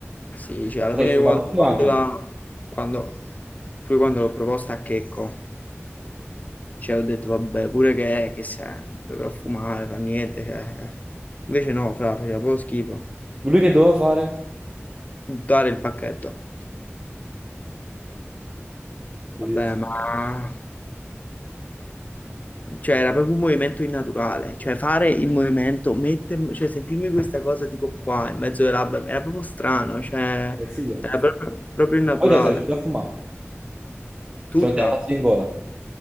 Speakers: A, on the left; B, on the right.
A: Sì, cioè alla
B: Ma
A: fine
B: l'hai fumata
A: quando
B: tutta
A: ho fatto
B: quanta?
A: la... quando... pure quando l'ho proposta a Checco, cioè ho detto vabbè, pure che, che se dovrò fumare, fa niente, cioè. eh." Invece no, fra, faceva proprio schifo.
B: Lui che doveva fare?
A: Buttare il pacchetto.
B: lo
A: Vabbè,
B: dici,
A: ma... Cioè, era proprio un movimento innaturale, cioè fare il movimento, mettermi, cioè sentirmi questa cosa tipo qua, in mezzo alle labbra, era proprio strano, cioè,
B: consigliamo.
A: era proprio, proprio innaturale.
B: Ma poi te la sei riuscito a fumare?
A: Tutta,
B: Cioè non te la passi in gola?